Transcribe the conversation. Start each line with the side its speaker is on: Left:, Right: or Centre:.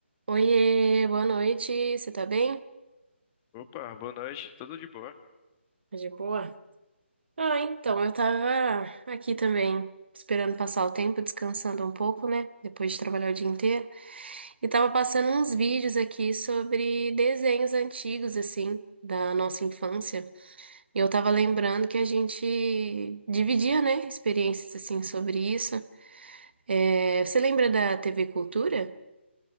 Right: Oiê, boa noite, você tá bem?
Left: Opa, boa noite, tudo de boa?
Right: Tá De boa? Ah, então, eu tava aqui também, esperando passar o tempo, descansando um pouco, né? Depois de trabalhar o dia inteiro. E tava passando uns vídeos aqui sobre desenhos antigos, assim, da nossa infância. E eu tava lembrando que a gente dividia, né, experiências, assim, sobre isso. É, você lembra da TV Cultura?